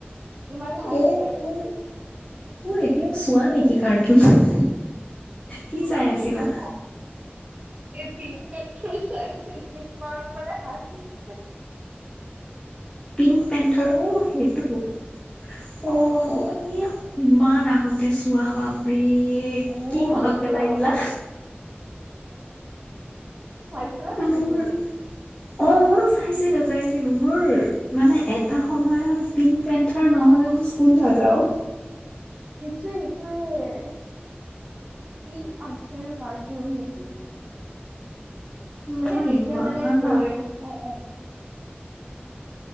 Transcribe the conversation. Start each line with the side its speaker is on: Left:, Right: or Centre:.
Right: ইমানো হাঁহি
Left: অ
Right: লাগছে।
Left: অ অ এতিয়াও চোৱা নেকি কাৰতোন? কি চাই আছিলা?
Right: অ। অ <unintelligible> ইমান মানে হাঁহি উঠে।
Left: পিংক পেন্টৰ অ' সেইটো। অ',
Right: অহ
Left: ই ইমান আগতে চোৱা বাপৰে।
Right: অ
Left: কি মনত
Right: বহুত
Left: পেলাই
Right: আগতে
Left: দিলা।
Right: চাইছিলা নেকি
Left: মোৰ
Right: তুমি?
Left: অ' চাইছিলোঁ চাইছিলোঁ, মোৰ মানে এটা সময়ত পিট পেন্থৰ নহলে মোৰ স্কুল না যাওঁ।
Right: সেইটোয়ে সেইটোয়ে। কি আছিল কাৰ্টুন সেই তো মানে
Left: মই
Right: তেতিয়া
Left: ইমান
Right: মানে
Left: ভাল
Right: দ'ৰিম অ', অ'।